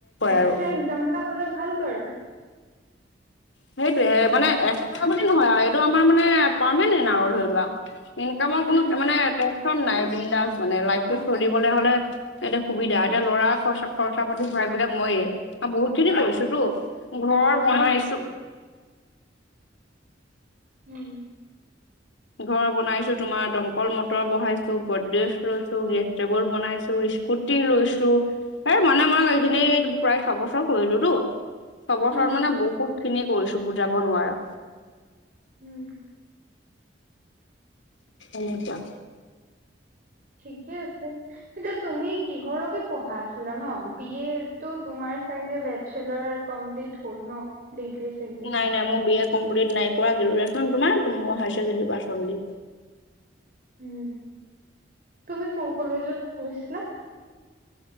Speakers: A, on the right (about 50°); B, on the left (about 80°).
A: এক্সট্ৰা
B: আৰু
A: ইনকাম এটা হলে ভাল বাৰু
B: সেইটোয়ে মানে এক টকা বুলি নহয় আৰু এইটো আমাৰ মানে পাৰ্মেণ্ট আৰু ধৰি লোৱা ইনকামৰ
A: উম
B: কোনো মানে নাই বৃন্দাস মানে লাইফটো চলিবলৈ হলে এতিয়া সুবিধা এতিয়া ল'ৰা খৰচ খৰচা পাতিৰা এইবিলাক মইয়ে বহুত খিনি কৰিছো তো ঘৰ বনাইছো
A: উম উম
B: ঘৰ বনাইছো তোমাৰ দমকল মটৰ বহাইছো গৌদেছ লৈছো গেছ টেবুল বনাইছো স্কুটি লৈছো এ মানে মানে
A: উম
B: এইখিনি প্ৰায় ছয় বছৰ কৰিলো টো ছয়ছৰত
A: উম
B: মানে বহুত খিনি কৰিছো বুজাব নোৱাৰা
A: উম
B: এনেকুৱা
A: ঠিকে আছে এতিয়া তুমি কিহৰলৈকে পঢ়া আছিলা ন বিয়ে টো তোমাৰ বেচেলাৰ কমপ্লিট হল ন ডিগ্ৰী চিগ্ৰী
B: নাই নাই মোৰ বি এ কমপ্লিট নাই কৰা গ্ৰেজুৱেচন তোমাৰ ম higher secondary pass only
A: um তুমি কোন কলেজত পঢ়িছিলা